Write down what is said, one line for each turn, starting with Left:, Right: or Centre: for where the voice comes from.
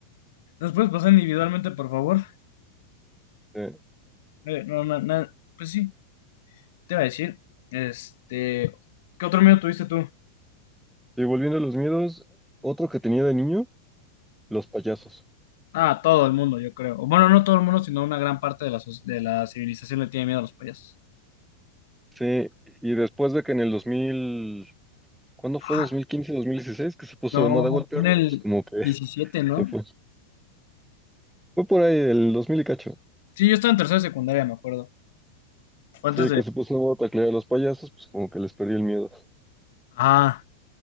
Left: ¿Nos puedes pasar individualmente, por favor?
Centre: Eh,
Left: Eh, no, no, no, pues sí, te iba a decir, este, ¿qué otro miedo tuviste tú?
Centre: y volviendo a los miedos, otro que tenía de niño, los payasos.
Left: Ah, todo el mundo, yo creo. O Bueno, no todo el mundo, sino una gran parte de la, soc- de la civilización le tiene miedo a los payasos.
Centre: Sí, y después de que en el 2000, ¿cuándo
Left: Ah,
Centre: fue? ¿2015, 2016? Que se puso
Left: No,
Centre: de moda golpearlos,
Left: fue en el
Centre: pues como que
Left: diecisiete
Centre: <laughs>
Left: ¿no?
Centre: se fue. Fue por ahí, el 2000 y cacho.
Left: Sí, yo estaba en tercera secundaria, me acuerdo. Fue antes
Centre: Sí,
Left: de...
Centre: que se puso de moda taclear a los payasos, pues como que les perdí el miedo.
Left: Ah,